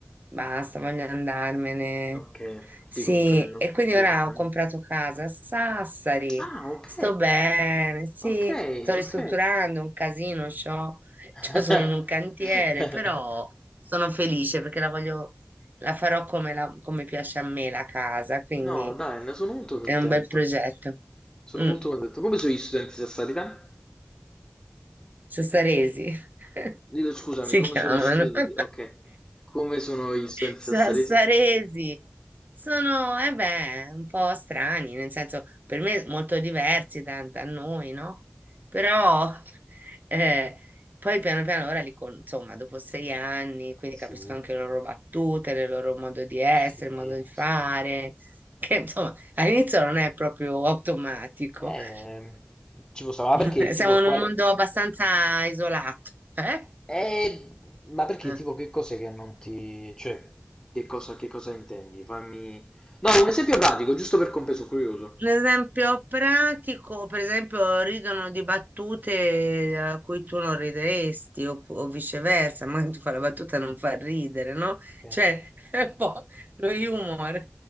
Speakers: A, on the right (about 50°); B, on the left (about 20°).
A: basta, voglio andarmene
B: Ok,
A: Sì,
B: ti comprendo,
A: e quindi
B: ti
A: ora
B: comprendo.
A: ho comprato casa a Sassari,
B: Ah, ok,
A: sto bene, sì,
B: ok,
A: sto ristrutturando
B: ok.
A: un casino, c'ho, <laughs>
B: <laughs>
A: c'ho- sono in un cantiere, però sono felice perché la voglio, la farò come, la- come piace a me la casa, quindi
B: No, dai, ne sono molto contento.
A: è un bel progetto.
B: Sono
A: Mm.
B: molto contento. Come sono gli studenti sassari te?
A: Sassaresi <laughs>
B: Dillo, Scusami,
A: si
B: come
A: chiamano.
B: sono gli studenti?
A: <laughs>
B: Ok, come sono gli studenti
A: Sassaresi
B: sassaresi?
A: sono, eh beh, un po' strani, nel senso per me molto diversi da, da noi, no? Però eh, poi piano piano ora li con- insomma, dopo sei anni, quindi
B: Sì,
A: capisco anche le loro battute, il loro modo di essere,
B: sì.
A: il modo di fare,
B: sì, sì.
A: che insomma all'inizio non è proprio automatico.
B: Eh,
A: <laughs>
B: ci può stare, ma
A: <laughs>
B: perché tipo
A: Siamo in
B: quale?
A: un mondo abbastanza isolato, eh?
B: Eh, ma perché?
A: Eh.
B: Tipo, che cos'è che non ti... Cioè, che cosa, che cosa intendi? Fammi... No, un esempio pratico, giusto per compreso, curioso.
A: Un esempio pratico, per esempio, ridono di battute a cui tu non rideresti, opp- o, viceversa, ma ti fa la battuta e non fa ridere, no?
B: Ok.
A: Cioè, <laughs> è un po' lo humor,